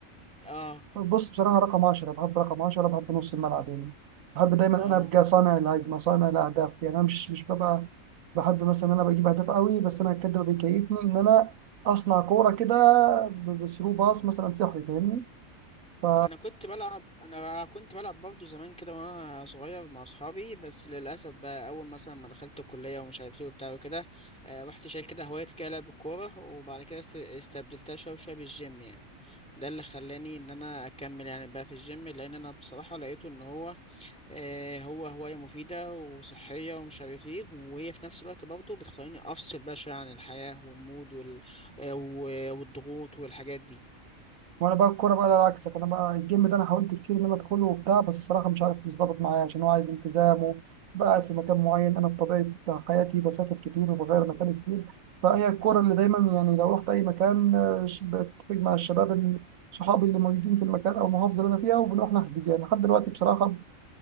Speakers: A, in the centre; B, on the right.
A: اه
B: بص بصراحة رقم 10 بحب رقم 10 بحب نص الملعب يعني بحب دايما
A: اه
B: أنا أبقى صانع الهجمة صانع الأهداف يعني أنا مش مش ببقى بحب مثلا إن أنا بجيب أهداف قوي بس أنا كده بيكيفني إن أنا أصنع كورة كده ب- بثرو باص مثلا سحري فاهمني ف
A: انا كنت بلعب انا كنت بلعب برضه زمان كده وانا صغير مع اصحابي بس للاسف بقى اول مثلا ما دخلت الكليه ومش عارف ايه وبتاع وكده آه، رحت شايل كده هوايه كده لعب الكوره وبعد كده است- استبدلتها شويه شويه بالجيم يعني ده اللي خلاني ان انا اكمل يعني بقى في الجيم لان انا بصراحه لقيته ان هو آه هو هوايه مفيده وصحيه ومش عارف ايه وهي في نفس الوقت برضه بتخليني افصل بقى شويه عن الحياه والمود وال آه و- والضغوط والحاجات دي
B: وانا بقى الكوره بقى ده عكسك انا بقى الجيم ده انا حاولت كتير ان انا ادخله وبتاع بس الصراحه مش عارف مش ظابط معايا عشان هو عايز التزام وبقى قاعد في مكان معين انا بطبيعه حياتي بسافر كتير وبغير مكان كتير فهي الكوره اللي دايما يعني لو رحت اي مكان آه، ش- بتفق مع الشباب ال- صحابي اللي موجودين في المكان او المحافظه اللي انا فيها وبنروح نحجز يعني لحد دلوقتي بصراحه